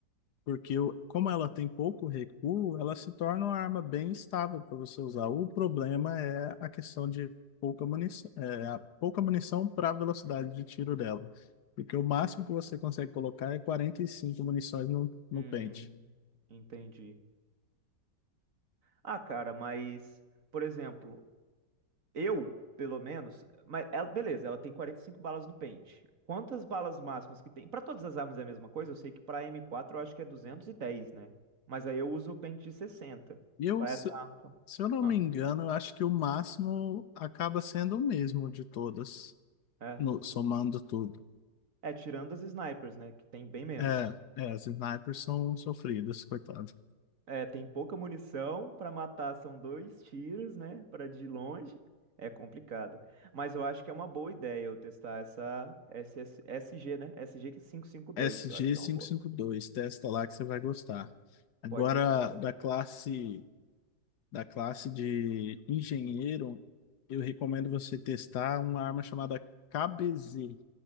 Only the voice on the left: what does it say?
Porque o- como ela tem pouco recuo, ela se torna uma arma bem estável para você usar. O problema é a questão de pouca munição, é, a pouca munição para a velocidade de tiro dela. Porque o máximo que você consegue colocar é 45 munições no, no
pente.
E eu,
se,
se eu não
me engano, eu acho que o máximo acaba sendo o mesmo de todas,
no- somando tudo.
É, é, as snipers são sofridas, coitado.
sg
dois testa lá que você vai gostar. Agora,
da
classe,
da classe de engenheiro, eu recomendo você testar uma arma chamada KBZ.